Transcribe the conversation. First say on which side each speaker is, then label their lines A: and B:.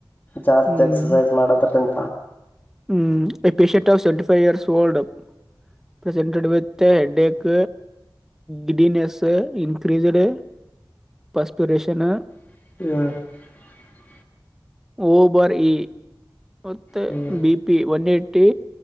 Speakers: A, on the left; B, in the centre.
A: ಜಾಸ್ತಿ
B: ಹ್ಮ್
A: ಎಕ್ಸಸೈಸ್ ಮಾಡೋದ್ರಂ
B: ಹ್ಮ್ efficient of seventy five years old up. Presented with headache giddiness increased perspiration
A: <inaudible>
B: ಓ ಬಾರ್ ಇ ಮತ್ತೆ
A: ಹ್ಮ್
B: ಬಿಪಿ ಒನ್ವೈಟಿ